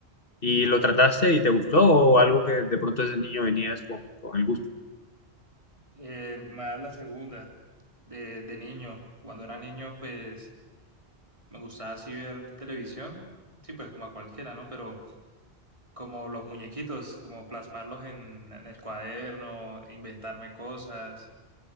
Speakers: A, on the left (about 55°); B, on the right (about 30°).
A: ¿Y lo trataste y te gustó o algo que de pronto desde niño venías con, con el gusto?
B: Eh, más la segunda, de, de niño. Cuando era niño, pues Me gustaba así ver televisión, sí, pues como a cualquiera, ¿no? Pero como los muñequitos, como plasmarlos en, en el cuaderno, inventarme cosas.